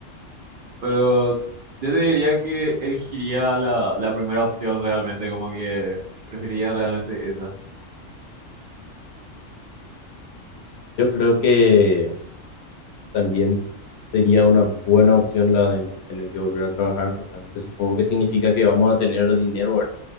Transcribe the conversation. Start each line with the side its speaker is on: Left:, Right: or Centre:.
Right: pero yo te diría que elegiría la, la primera opción realmente, como que preferiría realmente esa.
Left: Yo creo que también sería una buena opción la de no tener que volver a trabajar. Realmente supongo que significa que vamos a tener dinero